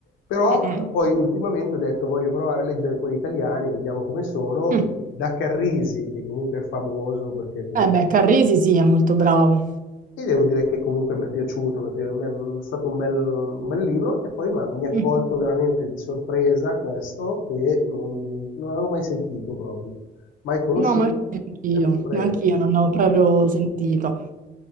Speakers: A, on the left; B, on the right.
A: Però
B: Mm-mm.
A: poi ultimamente ho detto voglio provare a leggere quelli italiani, vediamo come sono,
B: Mm.
A: e quindi da Carrisi, che comunque è famoso perché comunque
B: Eh beh, Carrisi sì, è molto bravo.
A: eh, ti devo dire che comunque m'è piaciuto, m'è pi m'è stato un bel un bel libro e poi m'ha mi ha
B: Mm.
A: colto veramente di sorpresa questo che non non avevo mai sentito proprio, mai conosciuto,
B: No, ma neanch'io,
A: eppure
B: neanch'io non l'ho
A: <clears throat>
B: proprio sentito.